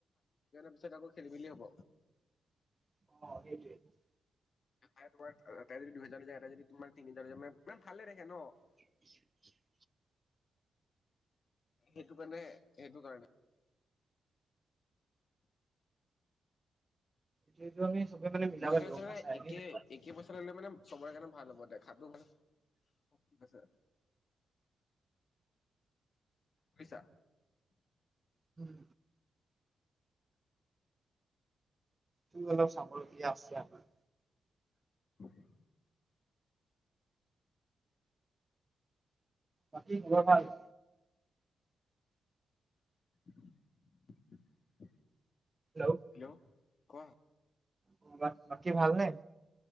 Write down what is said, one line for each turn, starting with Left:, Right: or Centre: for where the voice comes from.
Left: পিছত আকৌ খেলি মেলি হ'ব।
Right: <inaudible>
Left: <unintelligible> তিনি হাজাৰ দিছে মানে ভালে নেদেখে ন'।
Right: <inaudible>
Left: সেইটো কাৰণে, সেইটো কাৰণে।
Right: সেইটো আমি চবে মানে মিলাব
Left: মই
Right: লাগিব
Left: ভাবিছোঁ
Right: গম পাইছা
Left: মানে
Right: <unintelligible>
Left: একে একে পইচা ল'লে মানে চবৰে কাৰণে ভাল হ'ব দেখাটো হ'ব - অঁ' ঠিক আছে। বুজিছা।
Right: হ'ম। <unintelligible> অলপ চাবলগীয়া আছে আমাৰ।
Left: <unintelligible>
Right: বাকী খবৰ ভাল?
Left: <unintelligible>
Right: হেল্ল'।
Left: হেল্ল' ক?
Right: তোমাৰ বাকী ভাল নে?